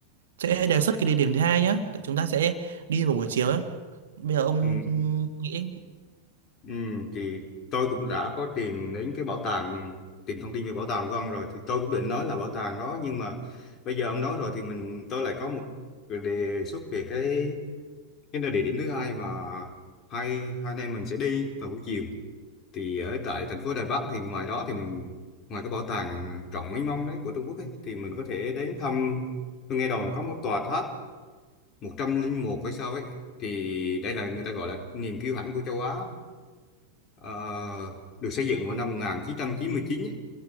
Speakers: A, on the right (about 65°); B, on the left (about 35°).
A: sẽ đề xuất cái địa điểm thứ hai nhé chúng ta sẽ đi vào buổi chiều ấy. bây giờ ông
B: ừ,
A: nghĩ
B: ừ, thì tôi cũng đã có tìm đến cái bảo tàng tìm thông tin về bảo tàng của ông rồi thì tôi cũng định nói là bảo tàng đó nhưng mà bây giờ ông nói rồi thì mình tôi lại có một đề xuất về cái Cái nơi địa điểm thứ hai mà hai hai anh em mình sẽ đi vào buổi chiều thì ở tại thành phố Đài Bắc thì ngoài đó thì mình ngoài cái bảo tàng rộng mênh mông đấy của Trung Quốc ấy, thì mình có thể đến thăm tôi nghe đồn là có một tòa tháp một trăm linh một hay sao ấy thì đây là người ta gọi là niềm kiêu hãnh của châu Á Ờ, được xây dựng vào năm 1999 ấy.